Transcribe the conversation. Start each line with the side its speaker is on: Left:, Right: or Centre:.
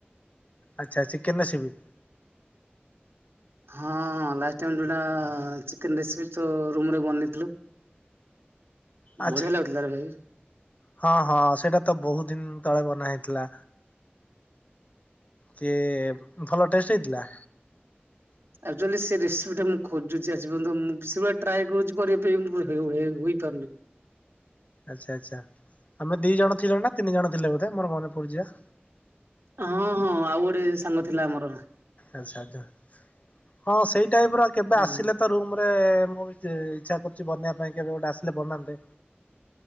Left: ଆଚ୍ଛା ଚିକେନ ସିବି
Right: ହଁ ଲାଷ୍ଟ ଟାଇ ଯୋଉଟା ଚିକେନ ରେସିପି ତୋ ରୁମ ରେ ବନେଇଥିଲୁ।
Left: ଆଚ୍ଛା
Right: ବଢେଆ ଲାଗୁ ଥିଲାରେ ଭାଇ।
Left: ହଁ ହଁ ସେଇଟା ତ ବହୁତ ଦିନ ତଳେ ବନା ହେଇଥିଲା। କିଏ ଭଲ ଟେଷ୍ଟ ହେଇଥିଲା।
Right: ଆଚୁଆଲି ସେ ରେସିପି ଟା ମୁଁ ଖୋଜୁଛି ଆଜି ପର୍ଯ୍ୟନ୍ତ ମୁଁ ସେଭଳିଆ ଟ୍ରାଏ କରୁଛି କରିବା ପାଇଁ ହୋଏ ହୋଏ ହେଇପାରୁନି। <inaudible>
Left: ଆଚ୍ଛା ଆଚ୍ଛା ଆମେ ଦି ଜଣ ଥିଲ ନା ତିନି ଜଣ ଥିଲେ ବୋଧେ ମୋର ମନେ ପଡୁଚି ଯା।
Right: ହଁ ହଁ ଆଉ ଗୋଟେ ସାଙ୍ଗ ଥିଲା ଆମର।
Left: ଆଛା ଆଛା ହଁ ସେଇ ଟାଇପ ର କେବେ
Right: ହୁଁ
Left: ଆସିଲେ ତ ରମରେ ମୁଁ ବି ଯେ ଇଚ୍ଛା କରୁଛି ବନେବା ପାଇଁ କେବେ ଗୋଟେ ଆସିଲେ ବନାନ୍ତେ।